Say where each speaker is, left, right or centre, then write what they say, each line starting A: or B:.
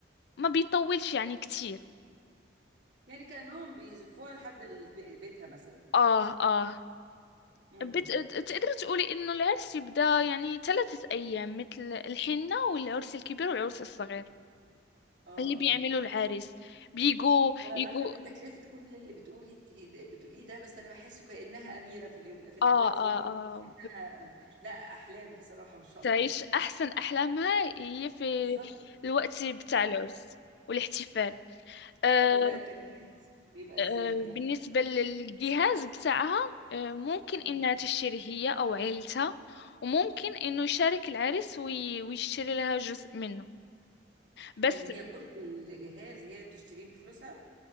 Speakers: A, on the left (about 60°); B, on the right (about 70°).
A: ما بيطولش يعني كتير
B: يعني كأنهم بيزفوها لحد ال- بيتها مثلا
A: اه اه
B: امم
A: بت... تقدر تقولي انه العرس يبدأ يعني ثلاثة ايام مثل الحنة والعرس الكبير والعرس الصغير
B: اه
A: اللي بيعملوا
B: اه
A: العريس بيجوا
B: على
A: يجوا
B: الرغم من تكلفة كل اللي بتقولي بتقوليه ده بس أنا بحسه كأنها أميرة في اليوم في الثلاث
A: اه
B: أيام
A: اه
B: دول
A: اه
B: بحس إنها لا أحلام بصراحة ما شاء
A: تعيش
B: الله
A: أحسن أحلامها هي في
B: بالظبط
A: الوقت بتاع العرس والاحتفال أه
B: طب والتجهيز بيبقى إزاي؟
A: أه
B: ما-
A: بالنسبة للجهاز بتاعها أه ممكن
B: مم.
A: إنها تشتري هي أو عيلتها وممكن إنه يشارك العريس وي- ويشتري لها جزء منه بس
B: يعني هي كل الجهاز هي اللي بتشتريه بفلوسها